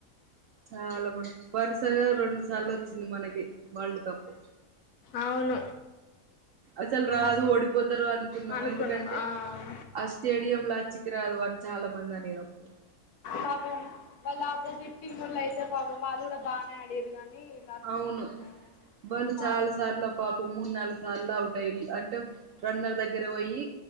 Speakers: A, on the right (about 65°); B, on the left (about 85°).
A: చాలా మంచి పర్సు ఏ రెండు సార్లు వచ్చింది మనకి వరల్డ్ కప్పు
B: అవును
A: అసలు రాదు
B: అస
A: ఓడిపోతారు అనుకున్నాము
B: అనుకున్నా
A: ఎందుకంటే
B: ఆ
A: ఆ స్టేడియంల అచ్చికరాదు అని చాలా మంది అనేదప్పుడు
B: పాపం వాళ్ళు ఆపోజిట్ టీమ్ ఓళయితే పాపం వాళ్ళు కూడా బానే అడిరు కానీ లాస్ట్
A: అవును
B: మూమెంట్ లో
A: వాళ్ళు
B: పాపం
A: చాలా సార్ల పాపం మూడు నాలుగు సార్ల అవుట్ టైల్ అంటే రన్నర్ దగ్గర పోయి